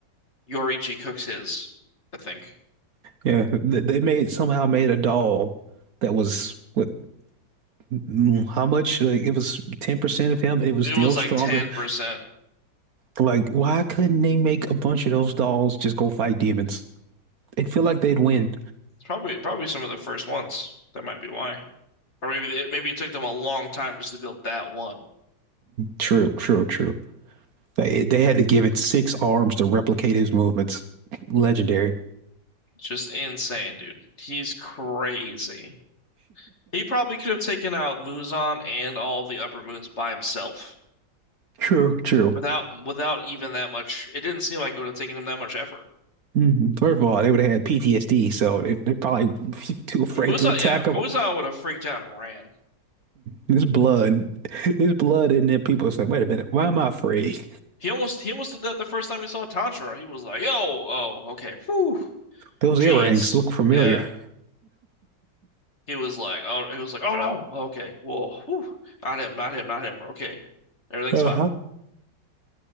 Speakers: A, on the left; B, on the right.
A: Yoichi cooks his, I think.
B: Yeah, th- they made somehow made a doll that was what? mm, How much? Like it was 10% of him, and it was
A: It
B: still
A: was
B: stronger.
A: like 10%.
B: Like, why couldn't they make a bunch of those dolls just go fight demons? They feel like they'd win.
A: Probably, probably some of the first ones. That might be why. Or maybe it, maybe it took them a long time just to build that one.
B: True, true, true. They, they had to give it six arms to replicate his movements. Legendary.
A: It's Just insane, dude. He's crazy. He probably could have taken out Muzan and all the upper moons by himself
B: True, true.
A: without without even that much. It didn't seem like it would have taken him that much effort.
B: Mhm. First of all, they would have had PTSD, so they, they're probably <laughs> too afraid
A: I mean, Muzan,
B: to attack
A: yeah, Muzan
B: him.
A: would have freaked out and ran.
B: His blood, his blood, and then people say, "Wait a minute, why am I afraid?
A: He almost he almost did that the first time he saw Tanjiro. He was like, "Yo, oh, okay, whew,
B: Those
A: jeez,
B: earrings look familiar."
A: yeah." He was like, oh, he was like, oh no, okay, well, whew. Not him, not him, not him. We're okay, everything's
B: Uh-huh.
A: fine.